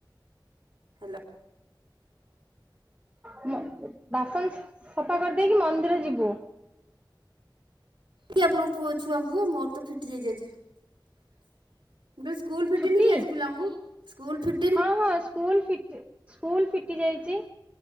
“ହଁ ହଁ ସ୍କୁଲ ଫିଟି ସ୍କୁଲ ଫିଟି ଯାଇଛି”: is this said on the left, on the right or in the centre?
Right